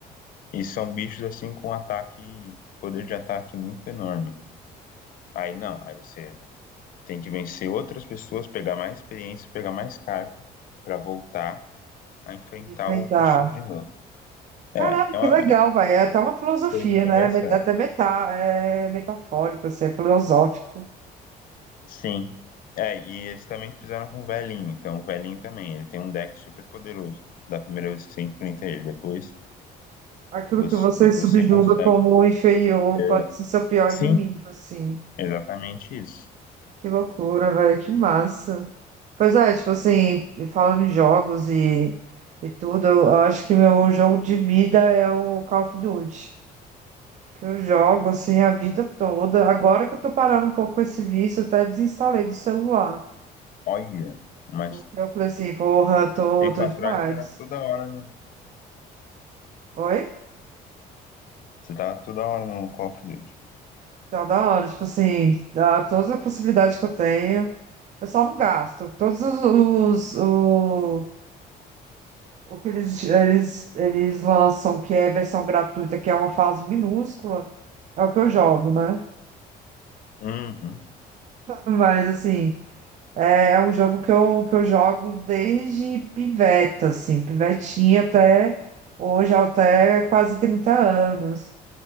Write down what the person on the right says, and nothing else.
Enfrentar.
Caraca,
que
legal, vai. É até uma filosofia,
né?
Met- Até meta, é metafórico, assim, é filosófico.
Aquilo
que você
subjuga
como inferior
pode ser seu pior
inimigo, assim.
Que loucura, velho, que massa. Pois é, tipo assim, e falando em jogos e, e tudo, eu, eu acho que meu jogo de vida é o Call of Duty. Que eu jogo assim a vida toda. Agora que eu tô parando um pouco com esse vício, eu até desinstalei do celular.
Porque eu falei assim, porra, tô,
tô
demais.
Oi?
Tá da hora, tipo assim, dá todas as possibilidades que eu tenho. Eu só não gasto. Todos os, os, o- O que eles, eles, eles lançam, que é versão gratuita, que é uma fase minúscula, é o que eu jogo, né?
Mas, assim, é, é um jogo que eu, que eu jogo desde piveta, assim, pivetinha até hoje, até quase 30 anos.